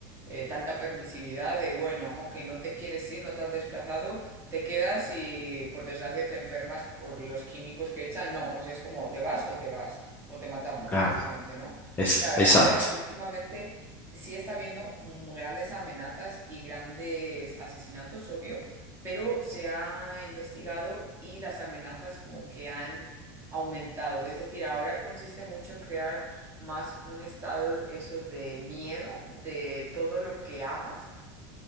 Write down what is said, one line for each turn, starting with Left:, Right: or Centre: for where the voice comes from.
Right: eh, tanta permisividad de, bueno, ok, no te quieres ir, no te has desplazado, te quedas y por desgracia te enfermas por los químicos que echan. No, o sea, es como o te vas o te vas, o te matamos,
Left: Claro.
Right: básicamente, ¿no?
Left: Es,
Right: O sea,
Left: exacto.
Right: ahora últimamente sí está habiendo mm, grandes amenazas y grandes asesinatos, obvio, pero se ha investigado y las amenazas como que han aumentado. Es decir, ahora consiste mucho en crear más un estado eso de miedo de todo lo que hagas